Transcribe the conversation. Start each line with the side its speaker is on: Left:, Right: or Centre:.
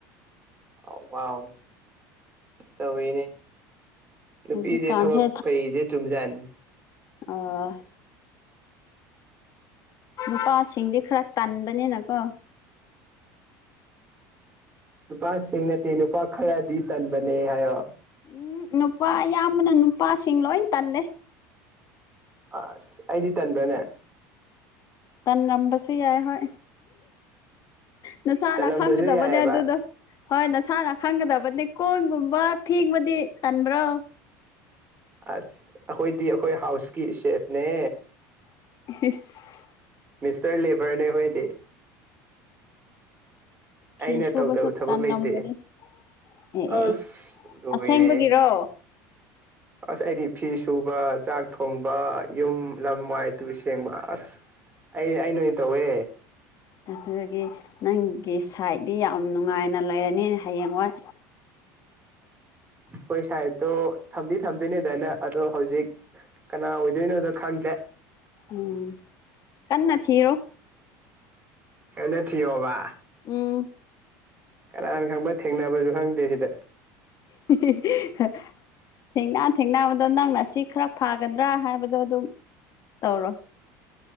Right: ꯑ ꯋꯥꯎ ꯇꯧꯋꯅꯦ ꯅꯨꯄꯤꯁꯦ
Left: ꯍꯧꯖꯤꯛꯀꯥꯟꯁꯦ
Right: ꯊꯕꯛ ꯐꯩꯁꯦ ꯆꯨꯝꯖꯥꯅꯤ
Left: ꯑꯣ ꯅꯨꯄꯥꯁꯤꯡꯗꯤ ꯈꯔ ꯇꯟꯕꯅꯤꯅꯀꯣ
Right: ꯅꯨꯄꯥꯁꯤꯡꯅꯠꯇꯦ ꯅꯨꯄꯥ ꯈꯔꯗꯤ ꯇꯟꯕꯅꯦ ꯍꯥꯏꯌꯣ
Left: ꯎꯝ ꯅꯨꯄꯥ ꯑꯌꯥꯝꯕꯅ ꯅꯨꯄꯥꯁꯤꯡ ꯂꯣꯏ ꯇꯜꯂꯦ
Right: ꯑꯁ ꯑꯩꯗꯤ ꯇꯟꯕ꯭ꯔꯥꯅꯦ
Left: ꯇꯅ ꯅꯝꯕꯁꯤ ꯌꯥꯏ ꯍꯣꯏ ꯅꯁꯥꯅ
Right: ꯇꯜꯂꯝꯕꯁꯨ
Left: ꯈꯪꯒꯗꯕꯅꯦ
Right: ꯌꯥꯏꯑꯕ
Left: ꯑꯗꯨꯗ ꯍꯣꯏ ꯅꯁꯥꯅ ꯈꯪꯒꯗꯕꯅꯤ ꯀꯣꯏꯒꯨꯝꯕ ꯐꯦꯡꯕꯨꯗꯤ ꯇꯟꯕ꯭ꯔꯣ
Right: ꯑꯁ ꯑꯩꯈꯣꯏꯗꯤ ꯑꯩꯈꯣꯏ ꯍꯥꯎꯁꯀꯤ ꯁꯦꯐꯅꯦ
Left: <inaudible>
Right: ꯃꯤꯁꯇꯔ ꯂꯦꯕꯔꯅꯦ ꯍꯌꯦꯗꯤ
Left: ꯐꯤ
Right: ꯑꯩꯅ
Left: ꯁꯨꯕꯁꯨ
Right: ꯇꯧꯗꯕ ꯊꯕꯛ
Left: ꯇꯟꯂꯝꯒꯅꯤ
Right: ꯂꯩꯇꯦ
Left: ꯑꯦ
Right: ꯑꯁ
Left: ꯑꯦ
Right: ꯔꯨꯃꯤꯅꯦꯦ
Left: ꯑꯁꯦꯡꯕꯒꯤꯔꯣ
Right: ꯑꯁ ꯑꯩꯗꯤ ꯐꯤ ꯁꯨꯕ ꯆꯥꯛ ꯊꯣꯡꯕ ꯌꯨꯝ ꯂꯝ ꯋꯥꯏ ꯇꯨ ꯁꯦꯡꯕ ꯑꯁ ꯑꯩ ꯑꯩ ꯅ ꯑꯣꯏꯅ ꯇꯧꯋꯦ
Left: ꯑꯗꯨꯗꯒꯤ ꯅꯪꯒꯤ ꯁꯥꯏꯠꯇꯗꯤ ꯌꯥꯝ ꯅꯨꯡꯉꯥꯏꯅ ꯂꯩꯔꯅꯤ ꯍꯌꯦꯡ ꯍꯣꯏ
Right: ꯍꯣꯏ ꯁꯥꯏꯠꯇꯣ ꯊꯝꯗꯤ ꯊꯝꯗꯤꯅꯦꯗꯥꯏꯅ ꯑꯗꯣ ꯍꯧꯖꯤꯛ ꯀꯅꯥ ꯑꯣꯖꯣꯏꯅꯤ ꯑꯣꯏꯗ ꯈꯪꯗꯦ
Left: ꯎꯝ ꯀꯟꯅ ꯆꯔꯣ
Right: ꯀꯩꯅ ꯊꯤ ꯍꯕ
Left: ꯎꯝ
Right: ꯀꯅꯥꯅ ꯈꯪꯕ ꯊꯦꯡꯅꯕꯁꯨ ꯈꯪꯗꯦ ꯁꯤꯗ
Left: <unintelligible> ꯊꯦꯡꯅꯥ ꯊꯦꯡꯕꯗꯣ ꯅꯪꯅ ꯁꯤ ꯈꯔ ꯐꯥꯒꯗ꯭ꯔꯥ ꯍꯥꯏꯕꯗꯣ ꯑꯗꯨꯝ ꯇꯧꯔꯣ